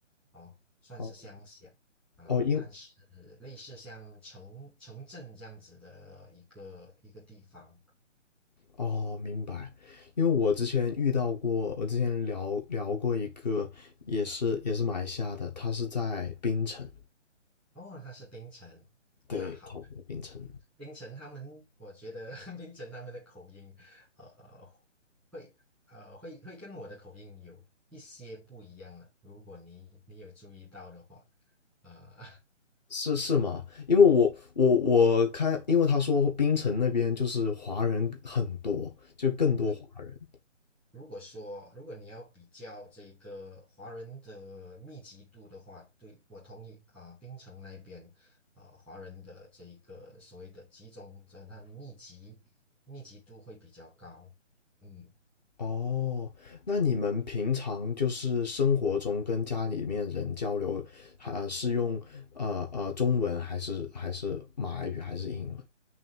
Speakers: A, in the centre; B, on the left (about 35°).
A: 哦，算是乡下啊，
B: 哦哦，因
A: 但是类似像城城镇这样子的一个一个地方。
B: 哦明白，因为我之前遇到过，我之前聊聊过一个也是也是马来西亚的，他是在槟城，
A: 哦，他是冰城，
B: 对，
A: 那好，
B: 他是在槟城。
A: 冰城他们，<laughs> 我觉得 <laughs> 冰城他们的口音，呃，呃会呃会会跟我的口音有一些不一样了。如果你你有注意到的话，啊、
B: 是是吗？因为我我我看，因为他说槟城那边就是华人很多，就更多华人。
A: <laughs> 对，如果说如果你要比较这个华人的密集度的话，对，我同意啊、冰城那边啊、华人的这一个所谓的集中在那密集密集度会比较高，嗯。
B: 哦，那你们平常就是生活中跟家里面人交流，还是用呃呃中文还是还是马来语还是英文？